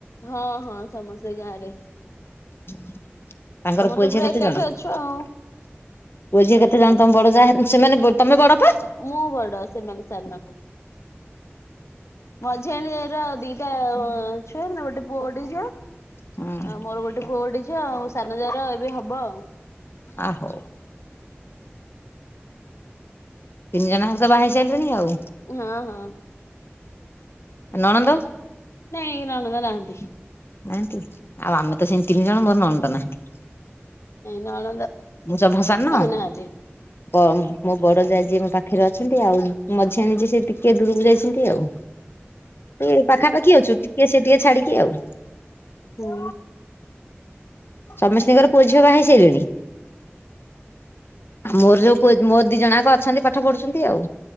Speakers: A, on the left; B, on the left.
A: ହଁ ହଁ ସମସ୍ତେ ଗାଁରେ।
B: ହ ତାଙ୍କର ପୁଅ
A: ତ ପୁରା
B: ଝିଅ କେତେ
A: ଏକାଠି
B: ଜଣ
A: ଅଛୁ
B: ପୁଅଝିଅ
A: ଆଉ
B: କେତେ
A: ସମସ୍ତେ।
B: ଜଣ ତମ ବଡ ଯାଆ ଘର? ସେମାନେ ବ ତମେ ବଡ ତ?
A: ମୁଁ ବଡ ସେମାନେ ସାନ। ମଝିଆଣୀ ର ଦିଟା ଛୁଆ ଗୋଟେ ପୁଅ ଗୋଟେ ଝିଅ।
B: ହଁ
A: ଆଉ ମୋର ଗୋଟେ ପୁଅ ଗୋଟେ ଝିଅ ଆଉ ସାନ ଯାଆର ଏବେ ହବ ଆଉ।
B: ଆ ହୋ ତିନି ଜଣ ଯାକ ତ ବାହା ହେଇ ସାଇଲେଣି ଆଉ।
A: ହଁ ହଁ।
B: ଆ ନଣନ୍ଦ?
A: ନାଇଁ ନଣନ୍ଦ ନାହାନ୍ତିି କେହି।
B: ନାହାନ୍ତି, ଆଉ ଆମେ ତ ସେମିତି ତିନି ଜଣ ମୋର ନଣନ୍ଦ ନାହାଁନ୍ତି।
A: ନାଇଁ ନଣନ୍ଦ
B: ମୁଁ ସଭା ସାନ।
A: ନାହାନ୍ତି।
B: ତ ମୋ ବଡ ଯାଆ ଯିଏ ମୋ ପାଖରେ ଅଛନ୍ତି। ଆଉ ମଝିଆଣି ଯିଏ ସେ ଟିକେ ଦୂରକୁ ଯାଇଚନ୍ତି ଆଉ। ଏ ପାଖାପାଖି ଅଛୁ ଟିକେ ସେ ଟିକେ ଛାଡ଼ିକି ଆଉ।
A: ହୁଁ।
B: ସମସ୍ତିଙ୍କର ପୁଅଝିଅ ବାହା ହେଇ ସାଇଲେଣି? ମୋର ଯୋଉ ପୁଅ ମୋର ଦିଜଣ ଯାକ ଅଛନ୍ତି ପାଠ ପଢ଼ୁଛନ୍ତି ଆଉ।